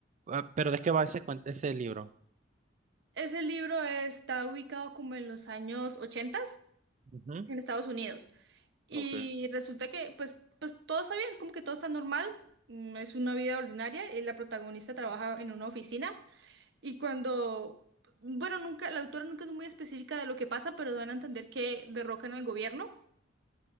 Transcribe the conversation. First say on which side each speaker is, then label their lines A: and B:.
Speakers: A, on the right; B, on the right.
A: Ah, ¿Pero de qué va ese, cuen- ese libro?
B: Ese libro está ubicado como en los años 80
A: Ujú,
B: en Estados Unidos. Y
A: Ok.
B: resulta que, pues, pues todo está bien, como que todo está normal. mm, Es una vida ordinaria. eh, La protagonista trabaja en una oficina y cuando, bueno, nunca, la autora nunca es muy específica de lo que pasa, pero dan a entender que derrocan al gobierno.